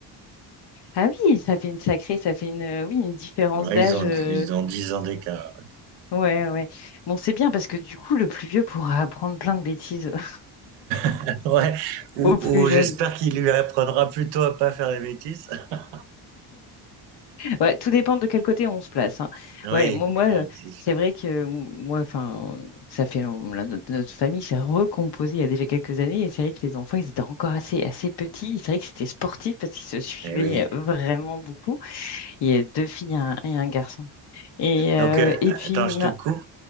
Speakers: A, on the left; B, on the right.
A: Ah oui, ça fait une sacrée, ça fait une euh, oui, une différence
B: Ouais,
A: d'âge.
B: ils ont,
A: euh,
B: ils ont 10 ans d'écart.
A: Ouais, ouais. Bon, c'est bien parce que du coup, le plus vieux pourra apprendre plein de bêtises <laughs>
B: <laughs> Ouais. Ou,
A: au plus
B: ou
A: jeune.
B: j'espère qu'il lui apprendra plutôt à pas faire les bêtises. <laughs>
A: Ouais, tout dépend de quel côté on se place. hein.
B: Oui,
A: Ouais, moi, moi, euh,
B: euh, c'est sûr.
A: c'est vrai que euh, moi, enfin, ça fait long- la- notre, notre famille s'est recomposée il y a déjà quelques années et c'est vrai que les enfants, ils étaient encore assez, assez petits. C'est vrai que c'était sportif parce qu'ils se suivaient
B: Eh oui.
A: euh, vraiment beaucoup. Il y a deux filles et un, et un garçon. Et, euh,
B: Donc, euh,
A: et puis,
B: attends,
A: ma-
B: je te coupe.